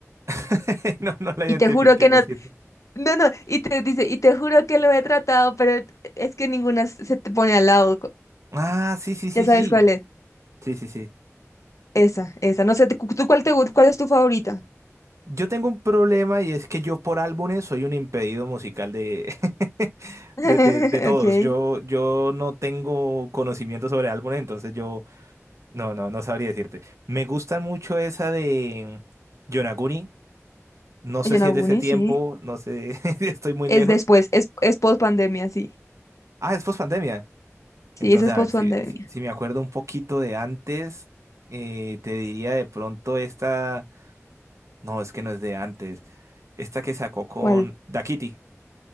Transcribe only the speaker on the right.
<laughs> No, no la identifiqué,
lo
siento.
Ah, sí, sí, sí,
sí.
Sí, sí, sí.
Yo tengo un problema y es que yo por álbumes soy un impedido musical de, <laughs>
de, de- de todos.
Yo, yo no tengo conocimiento sobre álbumes, entonces yo no, no, no sabría decirte. Me gusta mucho esa de Yonaguni. No
sé si es de ese tiempo,
no sé, <laughs> estoy muy
lejos.
Ah, es post-pandemia.
Entonces,
a
ver, si,
si, si me acuerdo un poquito de antes, eh, te diría de pronto esta. No, es que no es de antes. Esta que sacó con
Da Kitty.